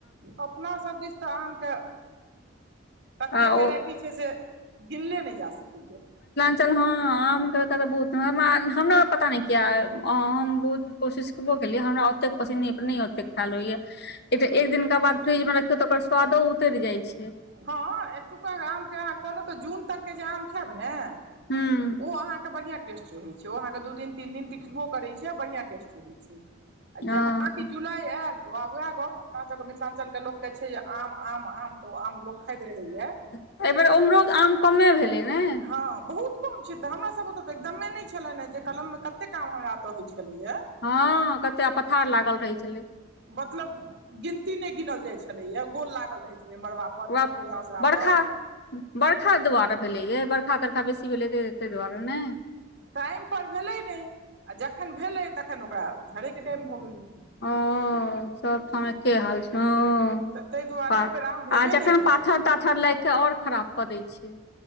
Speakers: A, on the right; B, on the left.
A: अपना सभ दिस तऽ आम केँ कते
B: ओ
A: वेराइटी छै से गिनले नहि जा सकैय य
B: चल हँ आम केँ कऽ तऽ बहुत हमरा हमरा पता नहि किया हम बहुत कोशिस करबो केलियै हमरा ओतेक पसिनी नैय पर नहि ओतेक खयाल होइ य ई तऽ एक दिनका बाद फ्रीज मे रखियौ तऽ ओकर स्वादो उतरि जाइ छै
A: हँ एतुका आम केँ अहाँ कहलहु तऽ जून तक केँ जे आम खायब ने
B: हूँ
A: ओ अहाँकेँ बढ़िआ टेस्ट रहै छै ओ अहाँकेँ दू दिन तीन दिन टिकटबो करै छै आ बढ़िआ टेस्ट रहै छै आ
B: हँ
A: जहाँ कि जुलाई आयल तऽ आब उएह गप अपना सभके मिथिलाञ्चल केँ लोक कऽ छै जे आम आम आम तऽ ओ आम लोक खइत रहै य
B: एहिबेेर उम्हरोह आम कमे भेलै नै
A: हँ बहुत कम छै तऽ हमरा सब ओतअ तऽ एकदमे नहि छलनि जे कलम मे कतेक आम हमरा ओतऽ होइ छलै य
B: हँ कते आ पथार लागल रहै छलै
A: मतलब गिनती नहि गिनल जाइत छलै य गोल लागल रहैत छलै मड़बा पर
B: <unintelligible>
A: तऽ पसरिया ओसरा
B: बर्खा
A: पर
B: बर्खा दुआरे भेलैय बरखा तरखा बेसी भेलै तइ ताहि दुआरे नहि
A: टाइमपर भेलै नहि आ जखन भेलै तखन ओकरा झरैय केँ टाइम भऽ गेलै
B: ओ सब ठम एके हाल छै हँ
A: तऽ ताहि दुआरे
B: पा
A: एहि बेर आम भेबे
B: आ जखैन
A: नहि केलै
B: पाथर ताथर लागि केँ आओर खराब कऽ दै छै